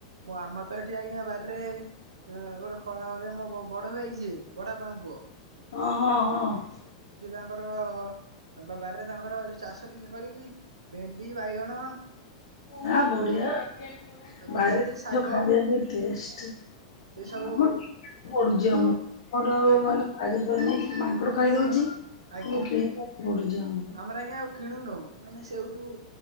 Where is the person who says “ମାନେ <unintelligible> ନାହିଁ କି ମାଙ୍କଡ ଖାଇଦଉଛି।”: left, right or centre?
Left